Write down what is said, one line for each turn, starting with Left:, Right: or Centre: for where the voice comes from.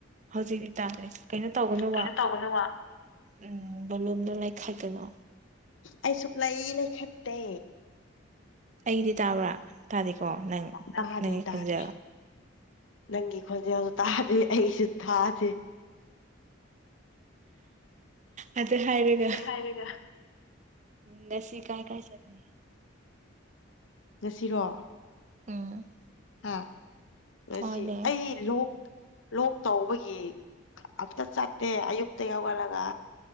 Right: ꯍꯧꯖꯤꯛ ꯏꯇꯥꯥꯁꯦ ꯀꯩꯅꯣ ꯇꯧꯒꯅꯨꯕ
Left: ꯀꯩꯅꯣ ꯇꯧꯒꯅꯣꯕ
Right: ꯎꯝ ꯕꯂꯣꯝꯗ ꯂꯩꯥꯏꯈꯥꯏꯗꯅꯣ
Left: ꯑꯩ ꯆꯣꯄ ꯂꯩ ꯏ ꯂꯩ ꯈꯦꯠꯇꯦ
Right: ꯑꯩꯒꯤꯗꯤ ꯇꯥꯕ꯭ꯔꯥ ꯇꯥꯗꯦꯀꯣ ꯅꯪ
Left: ꯇꯥꯗꯦ
Right: ꯅꯪꯒꯤ
Left: ꯇꯥꯗꯦ
Right: ꯈꯣꯟꯖ
Left: ꯅꯪꯒꯤ ꯈꯣꯟꯖꯦꯜꯁꯨ ꯇꯥꯗꯦ ꯑꯩꯁꯨ ꯊꯥꯗꯦ
Right: ꯑꯗꯨ ꯍꯥꯏꯔꯒ
Left: ꯍꯥꯏꯔꯒ
Right: ꯉꯁꯤ ꯀꯥꯏ ꯀꯥꯏ ꯆꯠꯂꯤ
Left: ꯆꯁꯤꯔꯣ
Right: ꯎꯝ
Left: ꯑ ꯉꯁꯤ
Right: ꯍꯣꯏꯅꯦ
Left: ꯑꯩ ꯂꯣꯛ ꯂꯣꯛ ꯇꯧꯕꯒꯤ ꯑꯝꯇ ꯆꯠꯇꯦ ꯑꯌꯨꯛꯇ ꯍꯧꯒꯠꯂꯒ